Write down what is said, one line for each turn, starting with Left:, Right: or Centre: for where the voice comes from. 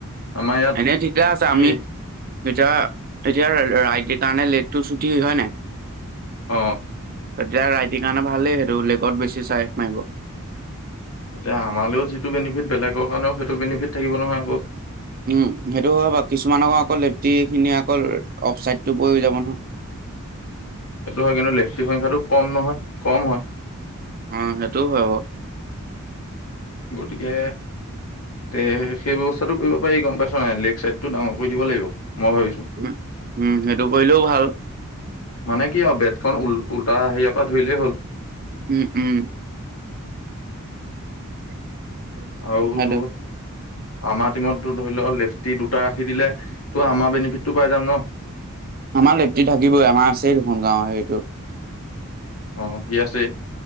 Left: আমাৰ ইয়াত
Right: এনে ঠিকে আছে,
Left: কি
Right: আমি এতিয়া, এতিয়া, ৰাইটিৰ কাৰণে লেফটো চুটি হয়নে নাই!
Left: অঁ।
Right: তেতিয়া ৰাইটিৰ কাৰণে ভালেই সেইটো লেগত বেছি চাইড মাৰিব।
Left: এতিয়া আমালৈও যিটো বেনিফিট বেলেগৰ কাৰণেও সেইটো বেনিফিট থাকিব নহয় আকৌ।
Right: উম, সেইটো হয় বাৰু! কিছুমানৰ আকৌ লেফটি খিনি আকৌ অফ চাইডটো পৰি যাব নহয়।
Left: সেইটো হয়, কিন্তু লেফটিৰ সংখ্যাটো কম নহয়, কম হয়।
Right: উম, সেইটোও হয় বাৰু!
Left: গতিকে তে, সেই ব্যৱস্থাটো কৰিব পাৰি, গম পাইছো নাই! লেক চাইডটো ডাঙৰ কৰি দিব লাগিব, মই ভাবিছো।
Right: উম, উম, সেইটো কৰিলেও ভাল।
Left: মানে কি আৰু, বেটখন উল-উলটা হেৰিয়াৰ পৰা ধৰিলেই হ'ল।
Right: উম, উম। <inaudible>
Left: আৰু
Right: সেইটো
Left: তোৰ, আমাৰ টিমতটো ধৰি ল' লেফটি দুটা ৰাখি দিলে ত', আমাৰ বিনিফিত টো পাই যাম ন!
Right: আমাৰ লেফটি থাকিবই, আমাৰ আছেই দেখোন গাঁৱৰে সেইটো।
Left: অ, সি আছেই।